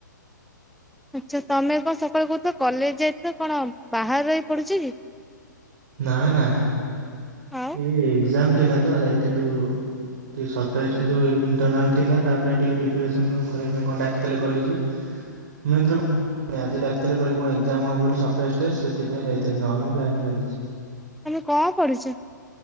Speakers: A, in the centre; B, on the right.
A: ଆଛା, ତମେ କଣ ସକାଳୁ କହୁଥିଲ, କଲେଜ ଯାଇଥିଲ, କଣ ବାହାରେ ରହି ପଡୁଚ କି?
B: ନା ନା,
A: ଆଉ
B: ଏଇ ଏକ୍ଜାମ ଥିଲା ତ, ଯାଇଥିଲୁ ଉ ଟିକେ ସରପ୍ରାଇଜ୍ ଯେଉଁ ଇଣ୍ଟର୍ନାଲ୍ ଥିଲା, ତା ପାଇଁ ଟିକେ ପ୍ରିପାରେସନ୍ କରିବା ପାଇଁ କଣ ଡାକିଥିଲେ କଲେଜକୁ <unintelligible> ଆଜି ଡାକିଥିଲେ କହିଲେ କଣ ଏକ୍ଜାମ ହବ ବୋଲି ସରପ୍ରାଇଜ ଟେଷ୍ଟ, ସେଥିପାଇଁ ଯାଇଥିଲି, ନହେଲେ ମୁଁ ଯାଏନି କଲେଜ।
A: ତମେ ଙ୍କ ପଢିଚ?